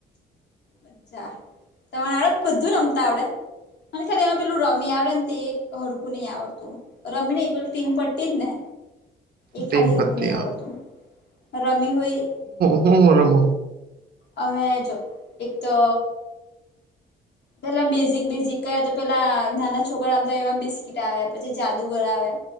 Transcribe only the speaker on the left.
અચ્છા તનેડે બધું રમતા આવડે અને ખા એમાં પેલું રમ્યા આવ વડ ક આવડતોું રમીન એકલ તીન પટ્ટી ને એખાદ
હરકું
ન આવડતું રમી હોય.
અમે જો એક તો પેલા બેઝિક બેઝિક ક તો પેલા નાના છોકરા આમ તો એવા બિસ્કીટ આવે પછી જાદુ ઘર આવે